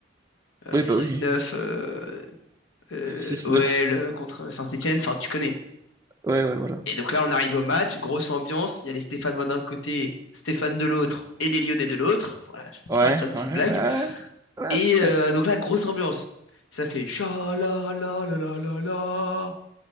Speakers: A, on the left (about 90°); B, on the right (about 15°).
A: euh,
B: Oui,
A: 6-9,
B: bah oui.
A: euh, euh,
B: <laughs>
A: OL
B: Six neuf.
A: contre Saint-Étienne. Enfin, tu connais.
B: Ouais, ouais, voilà.
A: Et donc là, on arrive au match, grosse ambiance. Il y a les Stéphanois d'un côté, Stéphane de l'autre et les Lyonnais de l'autre. Voilà, je
B: Ouais,
A: vais faire une petite
B: ouais,
A: blague.
B: ouais. ouais.
A: Et euh,
B: ouais.
A: donc là, grosse ambiance. Ça fait cha la la la la la la,